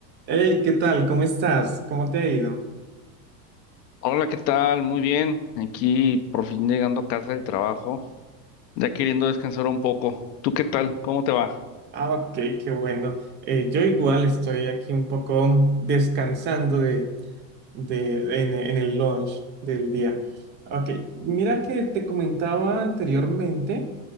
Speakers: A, on the right (about 25°); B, on the left (about 80°).
A: Hey, ¿qué tal? ¿Cómo estás? ¿Cómo te ha ido?
B: Hola, ¿qué tal? Muy bien. Aquí por fin llegando a casa del trabajo, ya queriendo descansar un poco. ¿Tú qué tal? ¿Cómo te va?
A: Ah, ok, qué bueno. Eh, yo igual estoy aquí un poco descansando de, de, en, en el launch del día. Ok, mira que te comentaba anteriormente